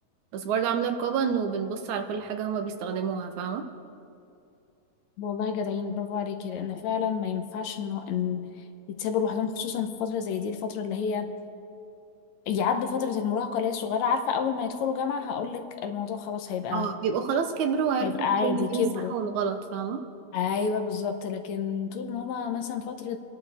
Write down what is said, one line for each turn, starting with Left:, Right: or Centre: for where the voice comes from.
Right: بس برضو عاملة رقابة إنه بنبص على كل حاجة هما بيستخدموها فاهمة
Left: والله جدعين برافو عليكي لأن فعلا ما ينفعش إن إن يتسابوا لوحدهم خصوصا في فترة زي دي الفترة اللي هي يعدوا فترة المراهقة اللي هي صغيرة عارفة أول ما يدخلوا جامعة هقولك الموضوع خلاص هيبقى
Right: اه بيبقوا خلاص كبروا وعرفوا
Left: هيبقى عادي
Right: الفرق ما
Left: كبروا
Right: بين الصح والغلط فاهمة
Left: أيوة بالظبط لكن طول ما هما مثلا فترة